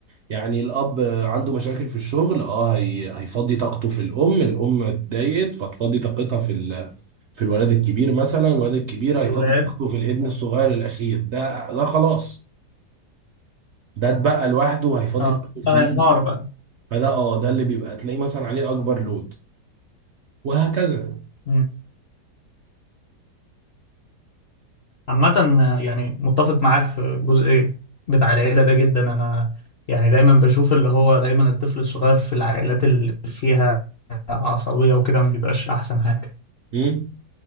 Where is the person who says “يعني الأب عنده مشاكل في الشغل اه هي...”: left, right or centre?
Right